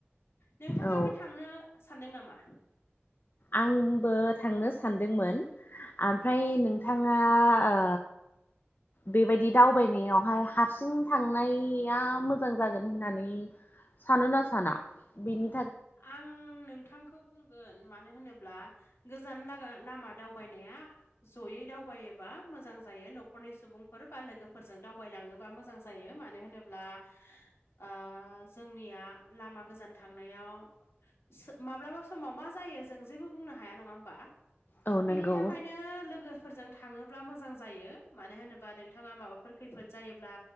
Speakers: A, on the left; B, on the left.
A: नोंथाङाबो
B: औ
A: थांनो सानदों नामा?
B: आंबो थांनो सानदोंमोन। आमफ्राय नोंथाङा ओ बेबायदि दावबायनायावहाय हारसिं थांनाया मोजां जागोन होननानै सानोना साना? बिनि
A: आं नोंथांखौ बुंगोन मानो होनोब्ला गोजान लागा लामा दावबायनाया जयै दावबायोबा मोजां जायो न'खरनि सुबुंफोर बा लोगो फोरजों दावबाय लाङो बा मोजां जायो मानो होनोब्ला आ जोंनिया लामा गोजान थांनायाव माब्लाबा समाव मा जायो जों जेबो बुंनो हाया नङा होमबा?
B: औ
A: बेनि
B: नंगौ
A: थाखायनो लोगो फोरजों थाङोब्ला मोजां जायो मानो होनोबा नोंथाङा माबाफोर खैफोद जायोब्ला